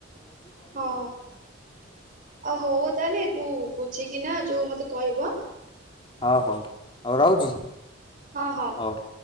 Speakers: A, on the right (about 40°); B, on the left (about 25°).
A: ହଁ ଆ ହଉ ତାହଲେ ତୁ ଅଛି କି ନା ଯୋଉ ମତେ କହିବ
B: ହଉ ହଉ ହଉ ରହୁଛି
A: ହଁ ହଁ।
B: ହଉ।